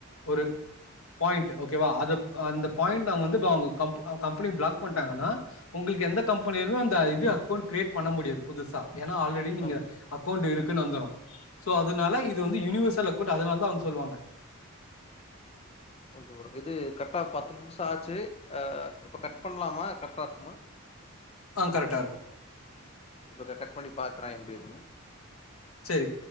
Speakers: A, on the left; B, on the left.
A: ஒரு பாயிண்ட் ஓகேவா அது அந்த பாயிண்ட
B: ம்
A: அவுங்க வந்து அவுங்க கம்ப்பு கம்பெனி பிளாக் பண்ட்டாங்கன்னா உங்களுக்கு எந்த கம்பெனிலமே அந்த இது அக்கவுண்ட் கிரியேட் பண்ண முடியாது புதுசா ஏனா ஆல்ரெ டி நீங்க
B: ஆ
A: அக்கவுண்ட் இருக்குன்னு வந்துரு சோ அதுனால இது வந்து யூனிவர்சல் அக்கவுண்ட் அதனால தா அவுங்க சொல்லுவாங்க
B: ஓகே ப்ரோ இது கரெக்டா பத்து நிமிஷ ஆ ஆச்சு இப்ப கட் பண்ணலாமா கரெக்டா இருக்குமா
A: ஆ கரெடா இருக்கு
B: இப்ப க கட் பண்ணி பாக்குறே எப்டி இருக்குனு
A: சேரி